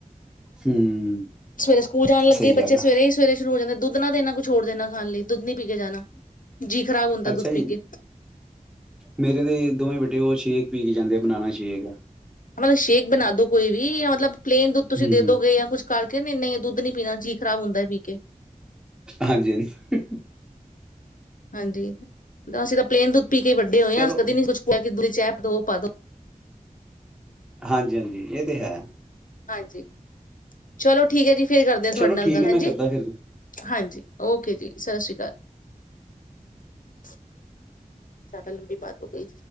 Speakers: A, in the centre; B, on the left.
A: ਹਮ
B: ਸਵੇਰੇ ਸਕੂਲ ਜਾਣ ਲੱਗੇ
A: ਸਹੀ
B: ਬੱਚੇ
A: ਗੱਲ ਆ
B: ਸਵੇਰੇ ਹੀ ਸਵੇਰੇ ਸ਼ੁਰੂ ਹੋ ਜਾਂਦੇ। ਦੁੱਧ ਨਾ ਦੇਣਾ ਕੁਛ ਹੋਰ ਦੇਣਾ ਖਾਣ ਲਈ ਦੁੱਧ ਨੀ ਪੀ ਕੇ ਜਾਣਾ ਜੀਅ ਖ਼ਰਾਬ ਹੁੰਦਾ
A: ਅੱਛਾ
B: ਦੁੱਧ
A: ਜੀ
B: ਪੀ ਕੇ
A: ਮੇਰੇ ਦੇ ਦੋਵੇਂ ਬੇਟੇ ਉਹ ਛੇਕ ਪੀ ਕੇ ਜਾਂਦੇ ਆ ਬਣਾਣਾ ਸ਼ੇਕ
B: ਮਤਲਬ ਸ਼ੇਕ ਬਣਾ ਦੋ ਕੋਈ ਵੀ ਮਤਲਬ ਪਲੇਨ ਦੁੱਧ
A: ਹਮ
B: ਤੁਸੀਂ
A: ਹਮ
B: ਦੇਦੋ ਗੇ ਜਾਂ ਕੁੱਝ ਕਰਕੇ ਨਹੀਂ ਨਹੀਂ ਦੁੱਧ ਨਹੀਂ ਪੀਣਾ ਜੀ ਖਰਾਬ ਹੁੰਦਾ ਵੀ ਓਕੇ
A: ਹਾਂਜੀ ਹਾਂਜੀ
B: ਹਾਂਜੀ ਤਾਂ ਅਸੀਂ ਤਾਂ ਪਲੇਨ ਦੁੱਧ ਪੀ ਕੇ ਵੱਡੇ ਹੋਏ
A: ਚਲੋ
B: ਆ ਕਦੀ ਨੀ ਕੁਛ <unintelligible>
A: ਹਾਂਜੀ-ਹਾਂਜੀ ਇਹ ਤੇ ਹੈ।
B: ਹਾਂਜੀ ਚਲੋ ਠੀਕ ਹੈ, ਜੀ ਫੇਰ ਕਰਦੇ ਤੁਹਾਡੇ
A: ਚਲੋ
B: ਨਾਲ
A: ਠੀਕ
B: ਗੱਲ
A: ਹੈ
B: ਹਾਂਜੀ
A: ਮੈਂ ਕਰਦਾ ਫਿਰ
B: ਹਾਂਜੀ ਓਕੇ ਜੀ ਸਤਿ ਸ੍ਰੀ ਅਕਾਲ। ਜ਼ਿਆਦਾ ਲੰਬੀ ਬਾਤ ਹੋ ਗਈ।